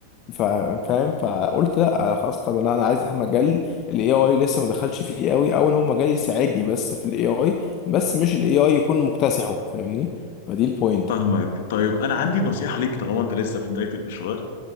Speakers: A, on the left (about 35°); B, on the left (about 55°).
A: فا- فاهم فقلت لا خلاص طب لا انا عايز مجال الاي اي لسه ما دخلش فيه قوي او ان هو مجال يساعدني بس في الاي اي بس مش الاي اي يكون مكتسحه فاهمني فدي البوينت
B: فاهمك طيب انا عندي نصيحة ليك طالما انت لسه في بداية المشوار